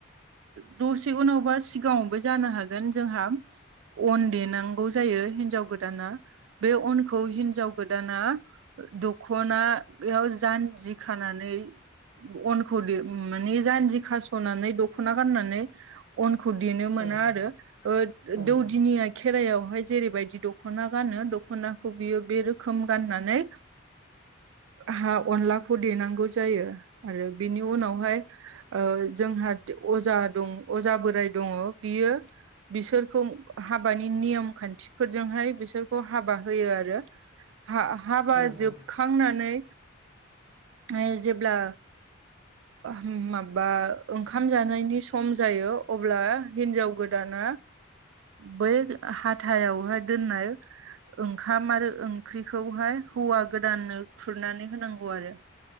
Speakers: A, on the right; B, on the right.
A: दसे उनावबा सिगाङावबो जानो हागोन जोंहा अन देनांगौ जायो हिन्जाव गोदाना बे अनखौ हिन्जाव गोदाना दखनायाव जान्जि खानानै अनखौ मानानि जानजि खास'नानै दख'ना गाननानै अनखौ देनो
B: औ
A: मोना
B: नोंथां
A: आरो
B: औ
A: ओ
B: औ नोंथां
A: दौ <unintelligible> खेराइायावहाय जेरैबायदि दख'ना गानो दख'नाखौ बियो बे रोखोम गाननानै हा अनलाखौ देनांगौ जायो। आरो बिनि ओ उनावहाय जोंहा अजा दं अजा बोराय दङ। बियो बिसोरखौ हाबानि नियम खान्थिफोरजोंहाय बिसोरखौ हाबा होयो आरो। हा -हाबा
B: औ नोंथां
A: जोबखांनानै
B: औ
A: हाय जेब्ला <unintelligible> माबा ओंखाम जानायनि सम जायो अब्ला हिन्जाव गोदाना बै हाथायावहाय दोननाय ओंखाम आरो ओंख्रिखौहाय हौवा गोदाननो खुरनानै होनांगौ आरो